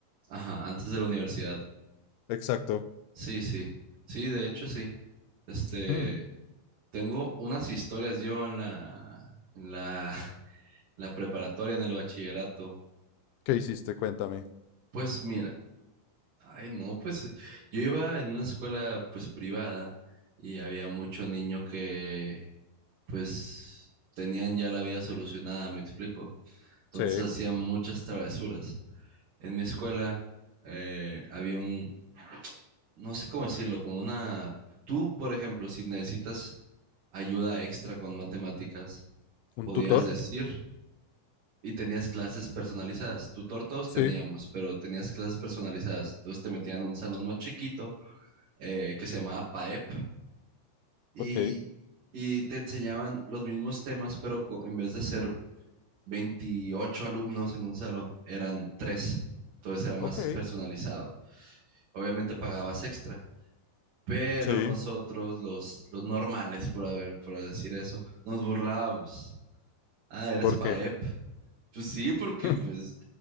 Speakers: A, on the right (about 45°); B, on the left (about 80°).
A: Ajá, antes de la universidad.
B: Exacto.
A: Sí, sí. Sí, de hecho, sí. Este,
B: Mm,
A: tengo unas historias yo en la, en la, <laughs> la preparatoria, en el bachillerato.
B: ¿Qué hiciste? Cuéntame.
A: Pues mira, ay, no, pues eh, yo iba en una escuela, pues privada y había mucho niño que, pues, tenían ya la vida solucionada, me explico. Entonces
B: Sí.
A: hacían muchas travesuras. En mi escuela eh, había un, no sé cómo decirlo, como una... Tú, por ejemplo, si necesitas ayuda extra con matemáticas,
B: ¿Un
A: podías
B: tutor?
A: decir y tenías clases personalizadas. Tutor todos
B: Sí.
A: teníamos, pero tenías clases personalizadas. Entonces te metían a un salón más chiquito eh, que se llamaba PAEP y,
B: Ok,
A: y te enseñaban los mismos temas, pero co- en vez de ser 28 alumnos en un salón, eran tres. Entonces era más
B: ok,
A: personalizado. Obviamente pagabas extra pero
B: sí,
A: nosotros, los, los normales, por, haber, por decir eso, nos burlábamos. Ah, eres
B: ¿por
A: PAEP.
B: qué?
A: Pues sí, porque
B: <laughs>
A: pues